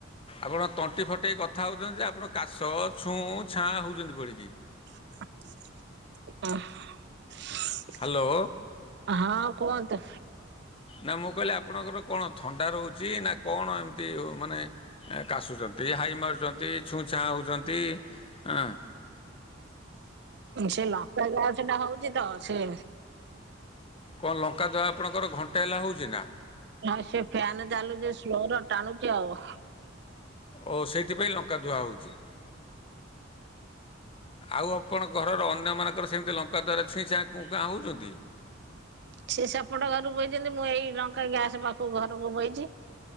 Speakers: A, on the left; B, on the right.
A: ଆପଣ ତଣ୍ଟି ଫଟେଇ କଥା ହଉଜନ୍ତି ଯେ ଆପଣ କାଶ ଛୁଁ ଛାଁ ହଉଜନ୍ତି ପଡିଗି
B: ଅଁହ୍
A: ହାଲୋ
B: ହଁ କୁଅନ୍ତୁ
A: ନାଁ ମୁଁ କହିଲି ଆପଣଙ୍କର କଣ ଥଣ୍ଡା ରଉଚି ନା କଣ ଏମ୍‌ତି ହୁ ମାନେଁ ଏ କାଶୁଛନ୍ତି ହାଇ ମାରୁଛନ୍ତି ଛୁଁଛାଆଁ ହେଉଛନ୍ତି ଆଁ।
B: ସେ ଲଙ୍କା ଗ୍ୟାସ ଟା ହଉଛି ତ ସେ
A: କଣ ଲଙ୍କା ଧୁଆ ଆପଣଙ୍କର ଘଣ୍ଟେ ହେଲା ହଉଛିନା?
B: ହଁ ସେ ଫ୍ୟାନ ଚାଲୁଛି ସ୍ଲୋର ଟାଣୁଛି ଆଉ।
A: ଓ ସେଇଥିପାଇଁ ଲଙ୍କା ଧୁଆ ହଉଛି। ଆଉ ଆପଣ ଘରର ଅନ୍ୟମାନଙ୍କର ସେମିତି ଲଙ୍କା ଦ୍ୱାରା ଛୁଇଁଛାଁ କୁଂ କାଁ ହଉଛନ୍ତି।
B: ସେ ସେପଟ ଘରକୁ ବୋଇଛନ୍ତି ମୁଁ ଏଇ ଲଙ୍କା ଗ୍ୟାସ ପାଖକୁ ଘରକୁ ବୋଇଛି।